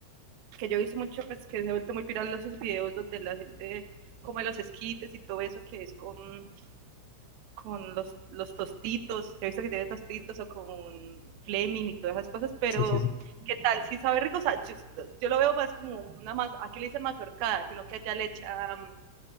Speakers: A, on the right; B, on the left.
A: que yo he visto mucho, pues que se ha vuelto muy viral esos videos donde la gente come los esquites y todo eso que es con, con los, los tostitos, he visto que tiene tostitos o con fleming y todas esas cosas, pero
B: Sí, sí, sí.
A: ¿qué tal? Si sabe rico, o sea, yo, yo lo veo más como una más, aquí le dicen mazorcada, sino que allá le echa um,